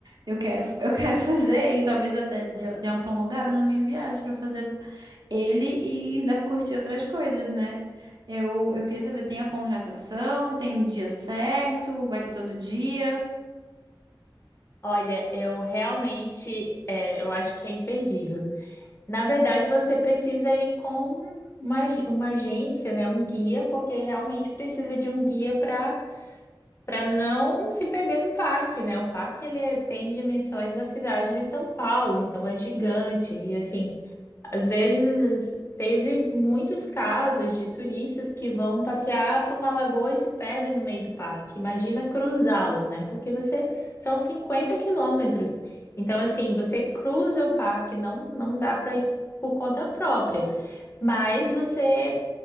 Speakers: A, on the right (about 55°); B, on the left (about 30°).
A: Eu quero, eu quero <laughs> fazer ele. Talvez eu até dê, dê uma prolongada na minha viagem pra fazer ele e ainda curtir outras coisas, né? Eu, eu queria saber, tem a contratação? Tem dia certo? Vai ter todo dia?
B: olha, eu realmente, é, eu acho que é imperdível. Na verdade, você precisa ir com uma, ag- uma agência, né, um guia, porque realmente precisa de um guia para para não se perder no parque, né? O parque ele é, tem dimensões da cidade de São Paulo, então é gigante e assim. Às vezes, teve muitos casos de turistas que vão passear para uma lagoa e se perdem no meio do parque. Imagina cruzá-lo, né? Porque você são 50 quilômetros. Então, assim, você cruza o parque, não, não dá para ir por conta própria, mas você